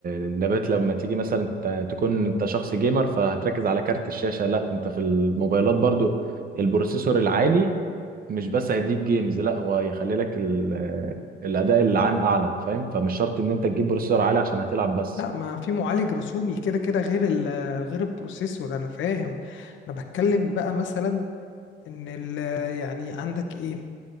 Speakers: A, on the right (about 45°); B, on the left (about 75°).
A: اللابات لما تيجي مثلا انت تكون انت شخص جيمر فهتركز على كارت الشاشة لا انت في الموبايلات برضو البروسيسور العالي مش بس هيديك جيمز لا هو هيخلي لك ال... الاداء العام اعلى فاهم فمش شرط ان انت تجيب بروسيسور عالي عشان هتلعب بس
B: لا ما في معالج رسومي كده كده غير ال غير البروسيسور انا فاهم انا بتكلم بقى مثلا ان ال يعني عندك ايه